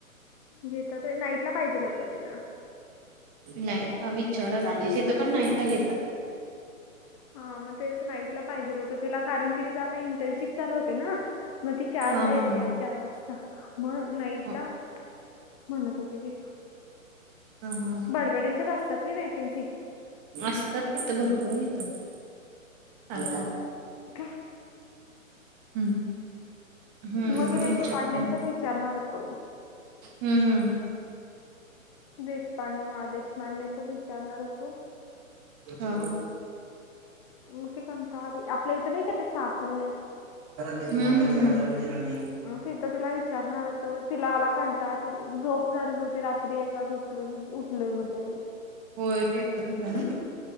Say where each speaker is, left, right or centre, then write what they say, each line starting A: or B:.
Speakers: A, on the left; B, on the right.
A: घेताात नाईटला पाहिजेल होता तिला
B: नाही विचारा तिथं पण नाटला घेत
A: हा मग तेच नाईटला पाहिजेल होतं तिला कारण की जे आता इंटर्नशिप चालू होते ना मग त चार
B: हा
A: ला येते
B: हा
A: चार वाजता मग नाईट
B: हा
A: ला म्हणत होते बी
B: हा हा.
A: बडबड्यांच्यात असतात र वॅकन्सी
B: असतात तिथं भरपूर घेतात चाल
A: का
B: हम्म हम्म
A: मतु देेश
B: विचारून
A: पांडेच्यात विचारणार तो
B: हम्म हम्म
A: देशपांडे हा देशपांडेचाच विचारणार होतो
B: हा
A: मग ते कंट आली आपल्या इथं नाही का ते साफल्य
B: दिला नाही
A: तिथं तिला विचारणार होत तिला आला कंटा त झोप झा होत रात्री एक वा झपलोय म्ह उठलोय म्हधल्याली
B: होय पेपर होता ना